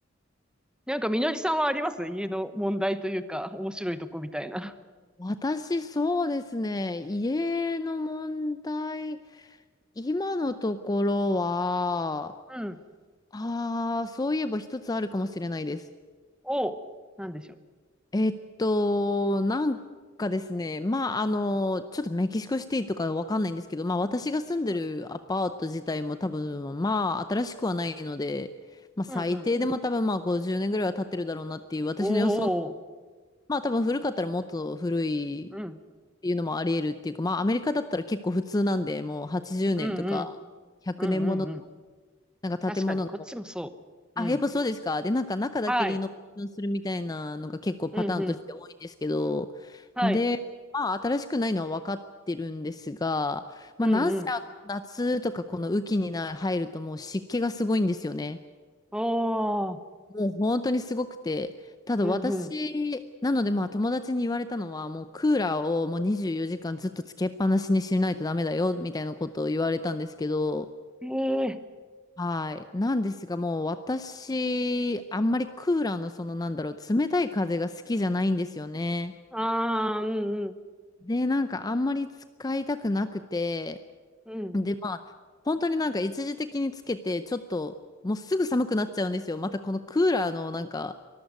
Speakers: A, in the centre; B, on the left.
A: なんかみのりさんはあります家の問題というか、面白いとこみたいな。
B: 私、そうですね。家の問題、今のところは、
A: うん。
B: ああ、そういえば一つあるかもしれないです。
A: おう。なんでしょう。
B: えっと、なんかですね、まあ、あの、ちょっとメキシコシティとかわかんないんですけど、まあ、私が住んでるアパート自体も多分、
A: うん。
B: まあ、新しくはないので、まあ、最低でも多分、
A: うんうん。
B: まあ、50年ぐらいは経ってるだろうなっていう、私の予想、
A: おー。
B: まあ、多分古かったらもっと古いっ
A: うん。
B: ていうのもあり得るっていうか、まあ、アメリカだったら結構普通なんで、もう80年とか100年もの、
A: うんうん。うんうんうん。
B: なんか建物の
A: 確かに、こっちもそう。
B: あ、
A: うん。
B: やっぱそうですか。で、なんか中だけリノベーションするみたいなのが結構パターンとして多いんですけど、
A: はい。うんうん。はい。
B: で、まあ新しくないのは分かってるんですが、まあなんせあの夏とかこの雨季にな入るともう湿気がすごいんですよね。
A: うんうん。おー。
B: もう本当にすごくて。ただ私、
A: うんう
B: なのでまあ友達に言われたのはもうクーラーをもう24時間ずっとつけっぱなしにしないとダメだよみたいなことを言われたんですけど、
A: ん。ええ
B: はい。なんですが、もう私、あんまりクーラーのそのなんだろう、冷たい風が好きじゃないんですよね。
A: ー。あー、うんうん。
B: で、なんかあんまり使いたくなくて、
A: うん。
B: で、まあ、本当になんか一時的につけて、ちょっと、もうすぐ寒くなっちゃうんですよ。またこのクーラーのなんか、